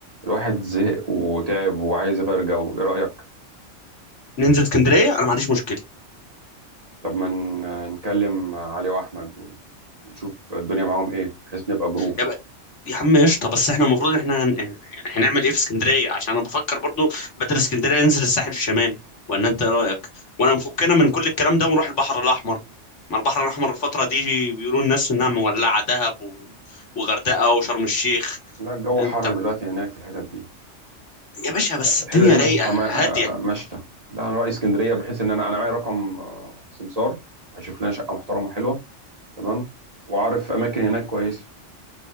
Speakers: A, on the right; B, on the left.
A: الواحد زهق وتعب وعايز يغير جو ايه رأيك
B: ننزل اسكندريه انا ما عنديش مشكله
A: طب ما ن- نكلم علي واحمد و- ونشوف الدنيا معاهم ايه بحيث نبقى جروب
B: يبقى يا عم قشطه بس احنا المفروض احنا هن... يعني هنعمل ايه في اسكندريه عشان انا بفكر برضو بدل اسكندريه ننزل الساحل الشمالي ولا انت ايه رايك ولا مفكنا من كل الكلام ده ونروح البحر الاحمر ما البحر الاحمر الفتره دي بيقولوا الناس انها مولعه دهب و... وغردقه وشرم الشيخ
A: لا الجو
B: انت
A: حر
B: ما-
A: دلوقتي هناك في الحتت دي
B: يا باشا بس
A: الحتت
B: الدنيا
A: دي نروح
B: رايقه
A: حما-
B: هاديه
A: آه، مشتى لا انا رأي اسكندرية بحيث ان انا انا معايا رقم آه، سمسار هشوف لنا شقة محترمة حلوة تمام وعارف اماكن هناك كويسة